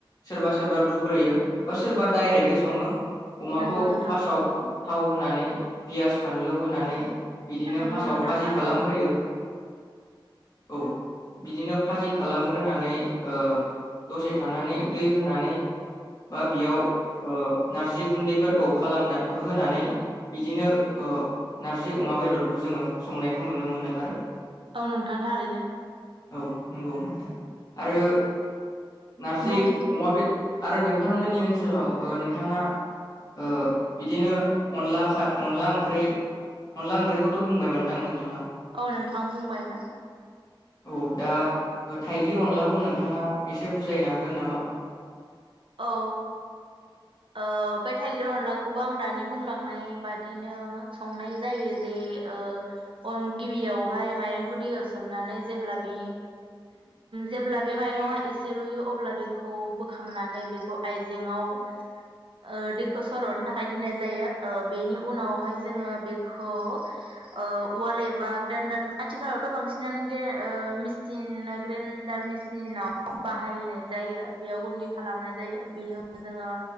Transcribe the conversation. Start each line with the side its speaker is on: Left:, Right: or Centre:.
Left: सोरबा सोरबा रुग्रोयो बा सोरबा
Right: नंगौ
Left: दायरेखगै सङो अमाखौ
Right: नंगौ नोंथां
Left: फार्स्टआव थाव होनानै पियास फानलु होनानै बिदिनो
Right: नंगौ
Left: फार्स्टआव
Right: नोंथां
Left: फाजि
Right: थारैनो
Left: खालामग्रोयो औ बिदिनो फाजि खालामग्रोनानै ओ दसे थानानै दै होनानै बा बेयाव ओ नारजि गुन्दैफोरखौ खालामना होनानै बिदिनो ओ नारजि अमा बेदरखौ जोङो संनायखौ नुनो मोनो आरो
Right: औ नोंथां थारैनो
Left: औ नोंगौ नोंथां आरो नारजि
Right: बुं
Left: अमाबेद आरो नोंथांमोननि ओन सोलाव ओ नोंथाङा ओ बिदिनो अनला खा अनला ओंख्रै अनला ओंख्रैखौथ बुंबाय मोनदां नोंथांङा
Right: औ नोंथां बुंबायमोन।
Left: औ दा ओ थाइगिर अनलाखौ नोंथाङा एसे बुजायनो हागोन नामा?
Right: औ। ओ बे थाइगिर अनलाखौबो आं दानि बुंलांनाय बादिनो संनाय जायो जे ओ अं गिबियावहाय माइरंखौ दैयाव सोमनानै जेब्ला बे जेब्ला बे माइरङा एसे रुइयो अ ब्ला बेखौ बोखांनानै बेखौ आइ जेंङाव। ओ दैखौ सरनो थाखाय दोननाय जायो ओ बेनि उनावहाय जोङो बेखौ ओ उवाल एबा ग्लेन्दार आथिखालावथ बांसिनानो गे ओ मिसिन ओ ग्रेन्डार मिसिनाव बाहायनाय जायो बेयाव गुन्दै खालामनाय जायो बेनि उनाव जोङो